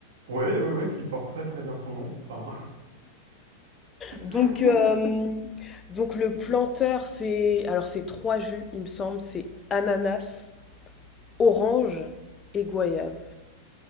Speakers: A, on the right; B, on the left.
A: Ouais, ouais, ouais, qui porte très très bien son nom. Enfin,
B: Donc,
A: <laughs>
B: <laughs> euh, donc le planteur, c'est alors c'est trois jus, il me semble, c'est ananas, orange et goyave.